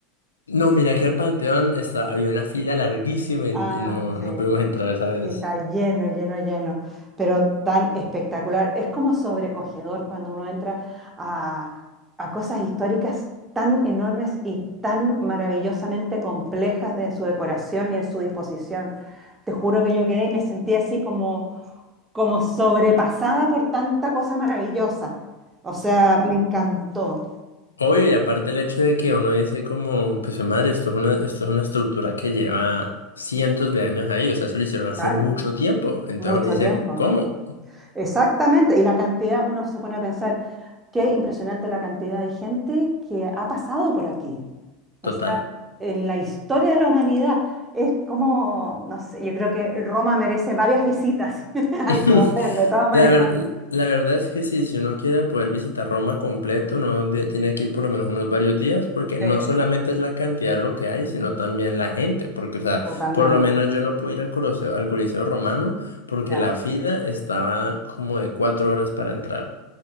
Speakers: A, on the left; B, on the right.
A: No, mira que al Panteón está, había una fila larguísima y,
B: Ah,
A: y no,
B: sí.
A: no pudimos entrar esa vez.
B: Está lleno, lleno, lleno, pero tan espectacular. Es como sobrecogedor cuando uno entra a, a cosas históricas tan enormes y tan maravillosamente complejas en su decoración y en su disposición. Te juro que yo quedé y me sentí así como, como sobrepasada por tanta cosa maravillosa. O sea, me encantó.
A: Obvio, y aparte el hecho de que uno dice como, pues "Jue madre, esto es una, esto es una estructura que lleva cientos de años ahí, o sea, eso lo hicieron hace
B: Claro,
A: mucho tiempo. Entonces
B: mucho
A: uno dice,
B: tiempo.
A: ¿cómo?
B: Exactamente, y la cantidad, uno se pone a pensar, qué impresionante la cantidad de gente que ha pasado por aquí. O
A: Total.
B: sea, en la historia de la humanidad es como, no sé, yo creo que Roma merece varias visitas. <laughs> Hay
A: <laughs>
B: que volver, de todas maneras.
A: La ver- la verdad es que sí, si uno quiere poder visitar Roma completo, uno de- tiene que ir por lo menos unos varios días, porque
B: Sí,
A: no solamente es la cantidad de lo que hay, sino también la gente, porque, o sea,
B: totalmente.
A: por lo menos yo no pude ir al Coliseo, al Coliseo Romano, porque
B: Ya.
A: la fila estaba como de cuatro horas para entrar.